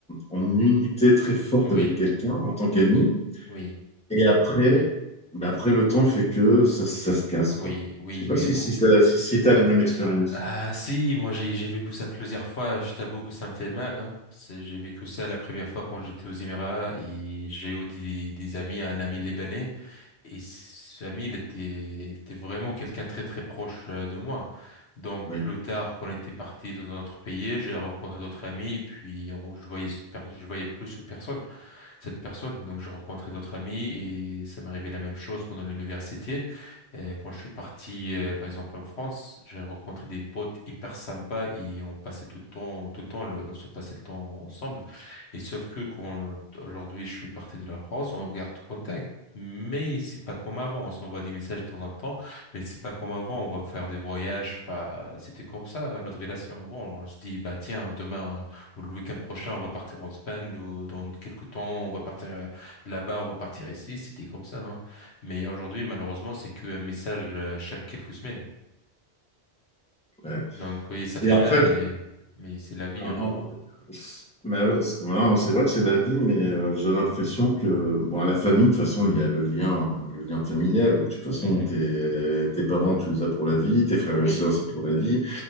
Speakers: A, in the centre; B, on the left.
A: en unité très forte
B: Oui,
A: avec quelqu'un en tant qu'ami.
B: oui,
A: Et après, bah après, le temps fait que ça, ça se casse,
B: oui,
A: quoi.
B: oui,
A: Je sais pas
B: oui.
A: si,
B: Mo-
A: si, t'as- si, si t'as la même expérience.
B: Ah si, moi j'ai j'ai vécu ça plusieurs fois. Je t'avoue que ça me fait mal. Hein. C'est- J'ai vécu ça la première fois quand j'étais aux Émirats et j'ai eu des, des amis, un ami libanais et ce ami il était, il était vraiment quelqu'un très très proche euh, de moi. Donc
A: Oui.
B: plus tard, qu'on était parti dans un autre pays, j'ai rencontré d'autres amis et puis on- je voyais cette per- je voyais plus cette personne. cette personne. Donc, je rencontrais d'autres amis et ça m'est arrivé la même chose pendant l'université. Euh, Quand je suis parti, euh, par exemple, en France, j'ai rencontré des potes hyper sympas et on passait tout le temps, tout le temps, le- on se passait le temps ensemble. Et sauf que quand aujourd'hui je suis parti de la France, on garde contact. Mais c'est pas comme avant, on s'envoie des messages de temps en temps, mais c'est pas comme avant, on va faire des voyages, enfin, c'était comme ça, notre relation avant, on se dit, bah tiens, demain, ou Le week-end prochain, on va partir en Espagne, dans dans quelques temps, on va partir euh, là-bas, on va partir ici. C'était comme ça, hein. Mais aujourd'hui, malheureusement, c'est qu'un message euh, chaque quelques semaines.
A: ouais.
B: Donc oui, ça fait
A: Et après,
B: mal, mais, mais c'est la vie,
A: en-
B: hein.
A: Mais ouais, c'est voilà, c'est vrai que c'est la vie, mais euh, j'ai l'impression que bon, à la famille, de toute façon, il y a le lien, hein, le lien familial. De toute façon,
B: Mhm.
A: tes, tes parents, tu les as pour la vie, tes frères
B: Oui,
A: et sœurs, c'est pour la vie.